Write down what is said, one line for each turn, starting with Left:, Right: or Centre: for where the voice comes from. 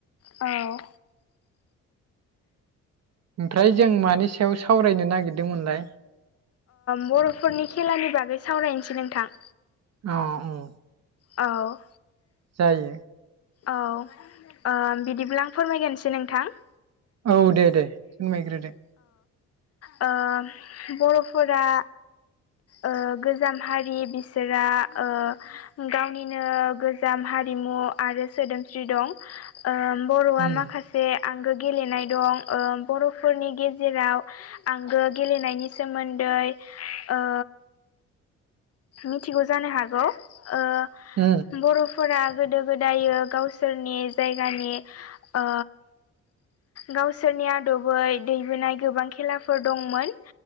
Left: औ
Right: ओमफ्राय जों मानि सायाव सावरायनो नागिरदोंमोनलाय।
Left: बर'फोरनि खेलानि बागै सावरायनोसै नोंथां।
Right: अ औ
Left: औ
Right: जायो
Left: औ ओ बिदिब्ला आं फोरमायगोनसै नोंथां।
Right: औ दे दे फोरमायग्रो दो
Left: अ बर'फोरा ओ गोजाम हारि बिसोरा ओ गावनिनो गोजाम हारिमु आरो सोदोमस्रि दं ओ बर'आ
Right: उम
Left: माखासे आंगो गेलेनाय दं ओ बर'फोरनि गेजेराव आंगो गेलेनायनि सोमोन्दै ओ मिथिगौ जानो हागौ ओ
Right: ओ।
Left: बर'फोरा गोदो गोदाय गावसोरनि जायगानि ओ गावसोरनि आदबै दैबोनाय गोबां खेलाफोर दंमोन